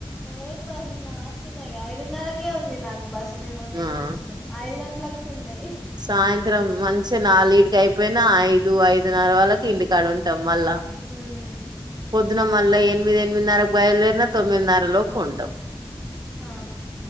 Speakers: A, in the centre; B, on the right.
A: డైరెక్ట్ బస్సులు మాస్తున్నాయి కదా ఐదున్నరకే ఉంది. నాకు బస్సులు నేను మొన్న ఎక్కువ
B: ఆ
A: వచ్చినయి ఐదు గంట ప్లగ్ ఉన్నాయి
B: సాయంత్రం మంచిగా నల్గిటికి అయి పోయినా ఐదు ఐదున్నర వరకు ఇంటికాడ ఉంటాం మళ్ళా
A: హుమ్
B: పొద్దున మళ్ళ ఎనిమిది ఎనిమిదిన్నరకు బయలుదేరిన తొమ్మిదిన్నర లోపు ఉంటాం
A: ఆ